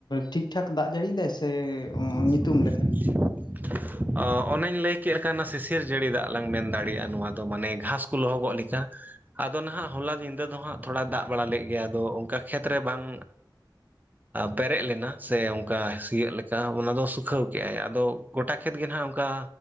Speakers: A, on the left; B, on the right.
A: ᱴᱷᱤᱠ ᱴᱷᱟᱠ ᱫᱟᱜ ᱡᱟᱹᱲᱤᱭ ᱫᱟᱭ ᱥᱮ
B: <inaudible>
A: ᱧᱩᱛᱩᱢ ᱞᱮᱠᱟ <inaudible>
B: ᱚᱱᱟᱧ ᱞᱟᱹᱭ ᱠᱮᱫ ᱞᱮᱠᱟ ᱚᱱᱮ ᱥᱤᱥᱤᱨ ᱡᱟᱹᱲᱤ ᱫᱟᱜ ᱞᱟᱝ ᱢᱮᱱ ᱫᱟᱲᱮᱭᱟᱜ-ᱟ ᱱᱚᱣᱟ ᱫᱚ ᱢᱟᱱᱮ ᱜᱷᱟᱸᱥ ᱠᱚ ᱞᱚᱦᱚ ᱜᱚᱜ ᱞᱮᱠᱟ᱾ ᱟᱫᱚ ᱱᱟᱦᱟᱜ ᱦᱚᱞᱟ ᱧᱤᱫᱟᱹ ᱫᱚ ᱦᱟᱸᱜ ᱛᱷᱚᱲᱟ ᱫᱟᱜ ᱵᱟᱲᱟ ᱞᱮᱫ ᱜᱮ ᱟᱫᱚ ᱚᱱᱠᱟ ᱠᱷᱮᱛᱨᱮ ᱵᱟᱝ ᱯᱮᱨᱮᱡ ᱞᱮᱱᱟ ᱥᱮ ᱚᱱᱠᱟ ᱥᱤᱭᱳᱜ ᱞᱮ ᱚᱱᱠᱟ ᱫᱚ ᱥᱩᱠᱷᱟᱹᱣ ᱠᱮᱜᱟᱭ ᱟᱫᱚ ᱜᱚᱴᱟ ᱠᱷᱮᱛ ᱜᱮ ᱱᱟᱦᱟᱜ ᱚᱱᱠᱟ